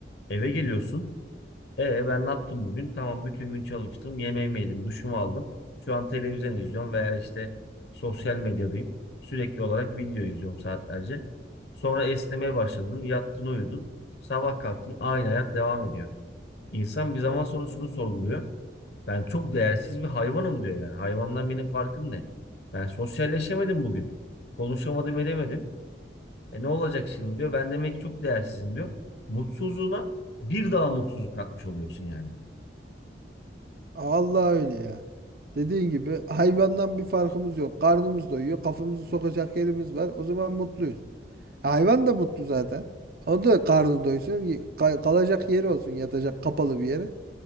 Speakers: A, on the left; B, on the right.
A: Eve geliyorsun. E ben ne yaptım bugün? Tamam bütün gün çalıştım. Yemeğimi yedim, duşumu aldım. Şu an televizyon izliyorum veya işte sosyal medyadayım. Sürekli olarak video izliyorum saatlerce. Sonra esnemeye başladın, yattın, uyudun. Sabah kalktın, aynı hayat devam ediyor. İnsan bir zaman sonra şunu sorguluyor. Ben çok değersiz bir hayvanım diyor yani. Hayvandan benim farkım ne? Ben sosyalleşemedim bugün. Konuşamadım edemedim. E ne olacak şimdi diyor. Ben demek ki çok değersizim diyor. Mutsuzluğuna bir daha mutsuzluk katmış oluyorsun yani.
B: Allah öyle ya. Dediğin gibi hayvandan bir farkımız yok. Karnımız doyuyor. Kafamızı sokacak yerimiz var. O zaman mutluyuz. Hayvan da mutlu zaten. O da karnı doysun. y- ka- Kalacak yeri olsun. Yatacak kapalı bir yere.